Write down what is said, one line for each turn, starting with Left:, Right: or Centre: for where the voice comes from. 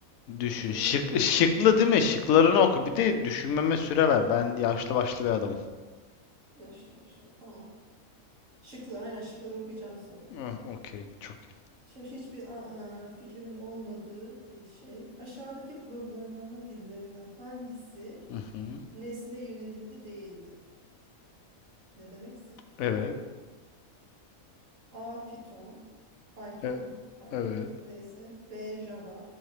Left: Düşün.
Right: diyorum
Left: Şık, şıklı değil mi? Şıklarını oku. Bir de düşünmeme süre ver. Ben yaşlı başlı bir adamım.
Right: yaşlı başla. Tamam. Şıklı aynen şıkları okuyacağım sana.
Left: Ah, okey. Çok iyi.
Right: Şimdi hiçbir a- e, fikrimin olmadığı bir şey. Aşağıdaki programlama dillerinden hangisi
Left: Hı hı.
Right: nesne yönelimli değildir? Ne demekse, tamam
Left: Evet.
Right: mı? A. Python. Python
Left: E-
Right: mu? Python.
Left: evet.
Right: Neyse. B. Java.